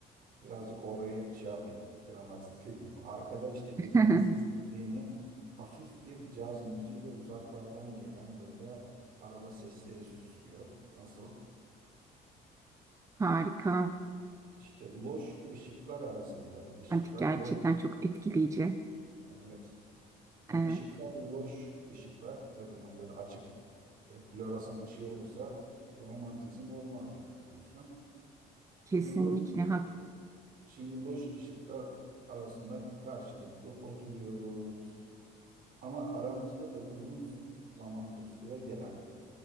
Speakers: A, on the right; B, on the right.
A: birazcık orayı şey yapayım. Dramatize <laughs> edeyim. Arkada işte gecenin
B: <laughs>
A: sessizliğini hafif bir caz müziği ve uzaklardan gelen böyle araba sesleri süslüyor. Nasıl?
B: Harika
A: İşte loş ışıklar arasında tabii ışıklar
B: romantik gerçekten
A: loş.
B: çok etkileyici.
A: Evet. Yani
B: Evet
A: ışıklar loş ışıklar tabii yani böyle açık ve floresan ışığı olursa romantizm olmaz yani biliyorsun.
B: kesinlikle
A: Şimdi loş,
B: hak.
A: şimdi loş ışıklar arasında karşılıklı oturuyoruz. Ama aramızda da uzun zamandır süre gelen